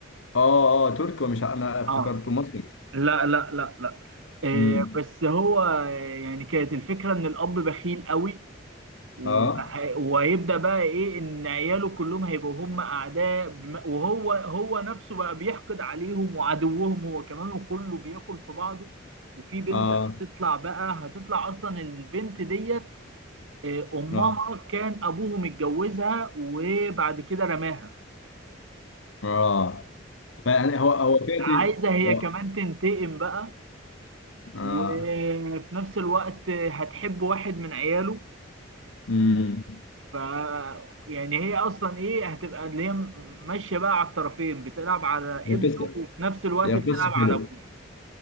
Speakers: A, on the left (about 75°); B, on the right (about 75°).
A: اه اه تركي ومش ع- انا افتكرته
B: اه
A: مصري
B: لا لا لا لا آه،
A: امم
B: بس هو آه، يعني كانت الفكرة ان الاب بخيل قوي وه-
A: اه
B: وهيبدأ بقى ايه ان عياله كلهم هيبقوا هم اعداء بم- وهو هو نفسه بقى بيحقد عليهم وعدوهم هو كمان وكله بياكل في بعضه وفي بنت
A: اه
B: هتطلع بقى هتطلع اصلا البنت ديت آه، امها
A: اه
B: كان ابوه متجوزها وبعد كده رماها
A: اه فيعني هو هو فاتي
B: فعايزة هي
A: هو-
B: كمان تنتقم بقى
A: اه
B: وفي نفس الوقت هتحب واحد من عياله
A: امم
B: ف يعني هي اصلا ايه هتبقى اللي هي ماشيه بقى على الطرفين بتلعب على
A: هي
B: ابنه
A: قصة
B: وفي نفس الوقت
A: هي
B: بتلعب
A: قصة
B: على
A: حلوة
B: ابوه